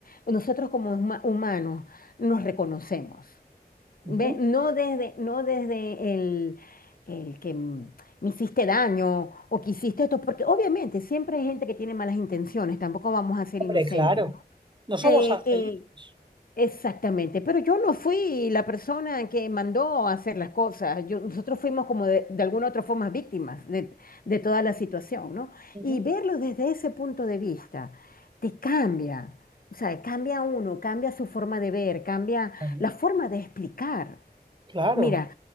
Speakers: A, on the left; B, on the right.
A: nosotros como huma- humanos, nos reconocemos.
B: Ujú.
A: Ve, no desde, no desde el, el que mm, me hiciste daño o que hiciste esto, porque obviamente siempre hay gente que tiene malas intenciones, tampoco vamos a ser
B: Hombre,
A: inocentes,
B: claro.
A: ¿no?
B: No somos
A: Eh,
B: angelitos.
A: eh, exactamente, pero yo no fui la persona que mandó a hacer las cosas, yo- nosotros fuimos como de, de alguna otra forma víctimas de, de toda la situación, ¿no?
B: Ujú.
A: Y verlo desde ese punto de vista te cambia, o sea, cambia uno, cambia su forma de ver, cambia
B: Claro,
A: la forma de explicar.
B: claro.
A: Mira,